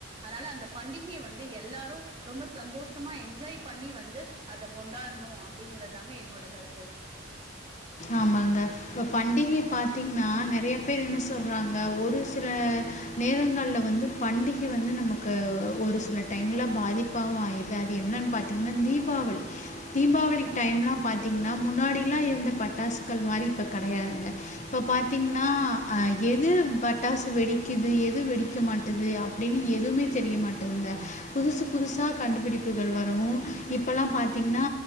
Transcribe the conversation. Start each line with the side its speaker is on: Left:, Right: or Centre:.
Right: அதால அந்த பண்டிகையை வந்து எல்லாரு ரொம்ப சந்தோஷமா என்ஜாய் பண்ணி வந்து அத கொண்டாடணு அப்டிங்கிறதாங்க என்னோட கருத்து
Left: ஆமாங்க இப்ப பண்டிகை பாத்தீங்கின்னா நெறைய பேர் என்ன சொல்றாங்க ஒரு சில நேரங்கால்ல வந்து பண்டிகை வந்து நமக்கு ஒரு சில டைம்ல பாதிப் பாவு ஆய்டுது அது என்னன்னு பாத்தீங்கன்னா தீபாவளி தீபாவளி டைம்ல்லா பாத்தீங்கின்னா முன்னாடி எல்லா இருந்த பட்டாசுகள் மாரி இப்ப கடையாதுங்க இப்ப பாத்தீங்கின்னா அ எது பட்டாசு வெடிக்குது எது வெடிக்க மாட்டது அப் டினு எதுவுமே தெரிய மாட்டேதுங்க புதுசு புதுசா கண்டுபிடிப்புகள் வரவு இப்பலா பாத்தீங்கின்னா